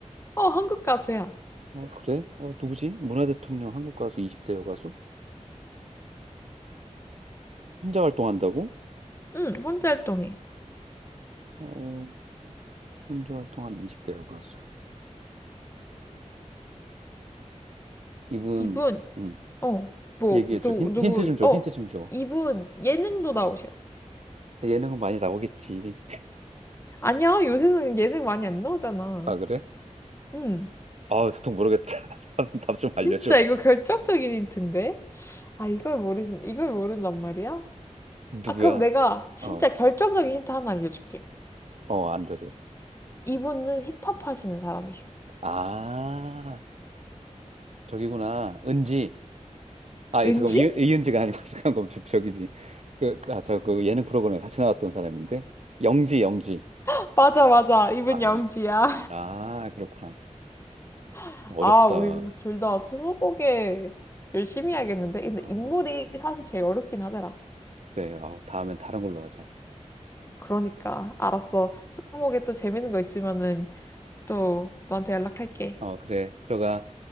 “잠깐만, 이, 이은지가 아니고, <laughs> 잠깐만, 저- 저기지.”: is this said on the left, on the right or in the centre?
Right